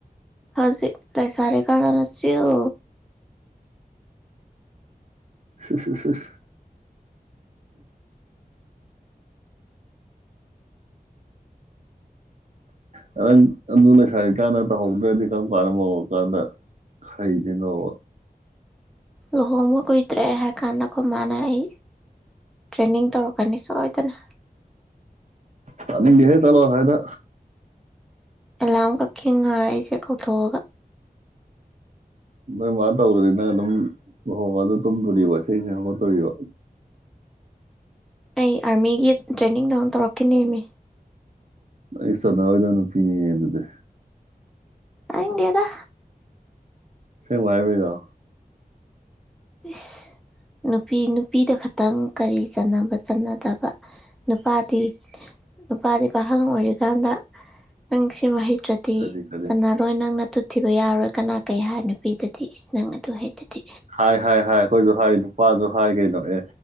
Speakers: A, in the centre; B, on the right (about 50°).
A: ꯍꯧꯖꯤꯛ ꯂꯩꯁꯥꯔꯤ ꯀꯥꯟꯗꯅ ꯆꯤꯜ
B: ꯏꯍ ꯏꯁ ꯏꯁ ꯏꯁ ꯅꯪ ꯑꯗꯨ ꯂꯩꯁꯥꯏꯔꯤ ꯀꯥꯟꯗ ꯇꯧꯍꯧꯗ꯭ꯔꯗꯤ ꯀꯔꯝ ꯀꯥꯟꯗ ꯃꯧ ꯑꫭꯏꯔꯀꯥꯟꯗ ꯍꯩꯗꯨꯅꯣꯕ
A: ꯂꯨꯍꯣꯡꯕ ꯀꯨꯏꯗ꯭ꯔꯦ ꯍꯥꯏ ꯀꯥꯟꯗ ꯑꯩꯈꯣꯏ ꯃꯥꯅ ꯑꯩ ꯇ꯭ꯔꯦꯦꯟꯅꯤꯡ ꯇꯧꯔꯛꯀꯅꯤ ꯁꯣꯏꯗꯅ
B: ꯄꯅꯤꯍꯦ ꯆꯂꯣ ꯍꯥꯏꯅ
A: ꯑꯦꯂꯥꯔꯝ ꯀꯛ ꯈꯤꯉꯔ ꯑꯩꯁꯦ ꯀꯧꯊꯣꯛꯑꯒ
B: ꯃꯃ ꯇꯧꯔꯅꯤꯅ ꯑꯗꯨꯝ ꯍꯣ ꯑꯗꯨ ꯇꯨꯝꯗꯣꯔꯤꯕ ꯊꯦꯡꯁꯦ ꯍꯧꯒꯠꯇꯣꯔꯤꯕ
A: ꯑꯩ ꯑꯥꯔꯃꯤꯒꯤ ꯇ꯭ꯔꯦꯅꯤꯡ ꯗꯥꯎꯟ ꯇꯧꯔꯛꯀꯅꯦꯃꯤ
B: ꯑꯩꯁ ꯑꯣꯏꯗꯅ ꯄꯤꯅꯤ ꯑꯗꯨꯗꯦ
A: ꯑꯥ ꯗꯦꯗ
B: ꯁꯤ ꯋꯥꯏꯕꯤꯗ
A: ꯏꯁ ꯅꯨꯄꯤ ꯅꯨꯄꯤꯗ ꯈꯇꯪ ꯀꯔꯤ ꯆꯥꯟꯅꯕ ꯆꯠꯅꯗꯕ ꯅꯨꯄꯥꯗꯤ ꯅꯨꯄꯥꯗꯤ ꯄꯥꯈꯪ ꯑꯣꯏꯔꯤꯀꯥꯟꯗ ꯅꯪ ꯁꯤ ꯃꯍꯩ ꯠꯇ꯭ꯔꯗꯤ
B: ꯀꯔꯤ ꯀꯔꯤ
A: ꯁꯥꯟꯅꯔꯣꯏ ꯅꯪꯅ ꯊꯤꯕ ꯌꯥꯎꯔꯣꯏ ꯀꯅꯥ ꯀꯩ ꯍꯥꯏ ꯅꯨꯄꯤꯗꯗꯤ ꯏꯁ ꯅꯪ ꯑꯗꯨ ꯍꯦꯛꯇꯗꯤ
B: ꯍꯥꯏ ꯍꯥꯏ ꯍꯥꯏ ꯑꯩꯈꯣꯏꯁꯨ ꯍꯥꯏ ꯅꯨꯄꯥꯁꯨ ꯍꯥꯏ ꯀꯩꯅꯣ ꯑꯦ